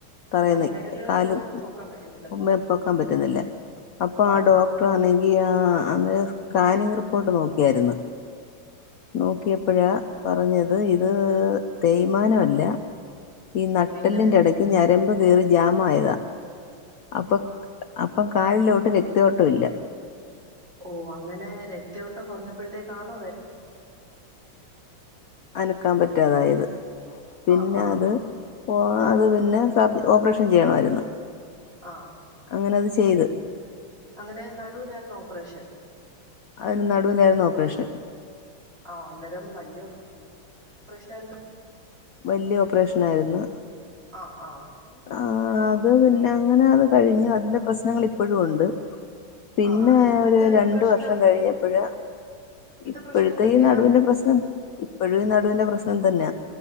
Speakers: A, on the left (about 80°); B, on the right (about 25°).
A: തറന്നെ
B: ആന്നോ വിരലുകളൊന്നും
A: കാല്
B: പൊക്കാൻ പറ്റുന്നില്ലെന്നോ
A: ഉമ്മപ്പൊക്കാൻ പറ്റുന്നില്ല അപ്പൊ
B: ആഹ്
A: ആ ഡോക്ടർാണെങ്കി ആ അന്ന് സ്കാനിങ് റിപ്പോർട്ട് നോക്കിയായിരുന്നു നോക്കിയപ്പോഴാ പറഞ്ഞത് ഇത് തേയ് മാനമല്ല ഈ നട്ടല്ലിന്റെ
B: പിന്നെ
A: ഇടയ്ക്ക് ഞരമ്പ് കയറി ജാമായതാ അപ്പൊ അപ്പം കാലിലോട്ട് രക്തയോട്ടം ഇല്ല
B: ഓ അങ്ങനെ രക്തയോട്ടം കുറഞ്ഞപ്പഴത്തേകാണോ വേ
A: അനക്കാൻ പറ്റാതായത് പിന്നെ
B: ആഹാ
A: അത് ഓ അത് പിന്നെ സബ് ഓപ്പറേഷൻ ചെയ്യണമായിരുന്നു
B: ആഹ്
A: അങ്ങനെ അത് ചെയ്ത്
B: അങ്ങനെ നടുവിനായിരന്നൊ ഓപ്പറേഷൻ
A: അതിന് നടുവിനായിരുന്നു ഓപ്പറേഷൻ
B: ആ അന്നേരം വല്യ ഓപ് റ ഷനായിരുന്നു
A: വല്യയ ഓപ്പറേഷന ആയിരുന്നു
B: ആ ആ
A: ആ അത് പിന്നെ അങ്ങനെ അത് കഴിഞ്ഞ് അതിന്റെ പ്രശ്നങ്ങൾ ഇപ്പോഴും ഉണ്ട് പിന്നെ
B: ആ ഇപ്പോഴത്തെ
A: ഒരു രണ്ട്
B: പ്രശ്നം
A: വർഷം കഴിഞ്ഞപ്പഴ ഇപ്പോഴത്തെ
B: പ്രശ്നം എന്തൊക്കെയാ
A: ഈ നടുവിന്റെ പ്രശ്നം ഇപ്പോഴും ഈ നടുവിന്റെ പ്രശ്നം തന്നെയ